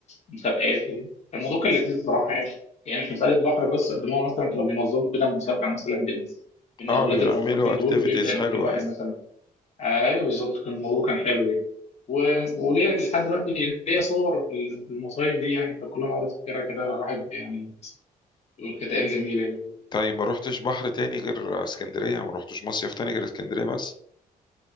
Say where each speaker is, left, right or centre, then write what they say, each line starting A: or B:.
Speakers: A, on the left (about 45°); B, on the left (about 30°).
A: ومسابقات و- الموضوع كان لذيذ بصراحه يعني يعني مش مساله بحر بس قد ما هو مثلا كانوا بينظموا كده مسابقه مثلا بين بين
B: اه
A: اولاد
B: بيعملوا
A: الموظفين
B: اكتيفيتيز
A: دول ويبدا
B: حلوة
A: ان كل واحد
B: ايوه
A: مثلا ايوه بالظبط كان الموضوع كان حلو يعني و- وليه لحد دلوقتي ليا صور في ال- في المصايف دي يعني فكل ما اقعد افتكرها كده الواحد يعني كانت أيام جميلة يعني
B: طيب ما روحتش بحر تاني غير اسكندرية ما روحتش مصيف تاني غير اسكندرية بس